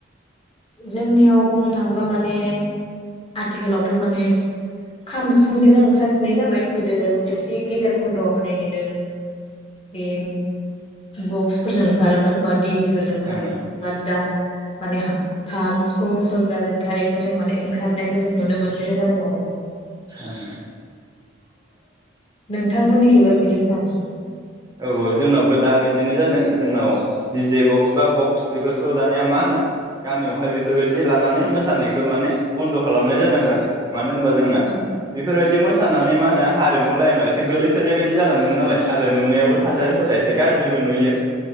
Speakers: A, on the left (about 30°); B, on the right (about 20°).
A: जोंनियाव बुंनो थाङोबा माने आथिखालावथ' माने खाम सिफुंजोंनो ओंखारफिननाय जाबाय गोदो एसे गेजेर खन्दआव माने इदिनो बे बक्सफोरजों ओं खारोमोन बा डि जे फोरजों ओंखारोमोन
B: ओं
A: बाथ दा माने खाम, सिफुं, सर्जा, जेथा एफोरजों माने ओं खारनायखौ जों नुनो मोनफिनाय जादों आरो।
B: ओं
A: नोंथांमोननिखैबो बिदिनो नामा?
B: औ औ जोंनावबो दा बिदिनो जादों जोंनाव दि जे बक्स बा बक्स बेफोरखौ दानिया मा होनो गामियावहाय बेफोरबायदि लानानै मोसानायखौ माने बन्द खालामनाय जादों आरो मानो होनबा जोंना
A: औ
B: बेफोरबायदि मोस सानानै मा होनो हारिमु लाइनाव एसे गोलैसोनाय बायदि जालांदों नालाय आरो नुनायाव थारिफोरा एसे गाज्रि बो नुयो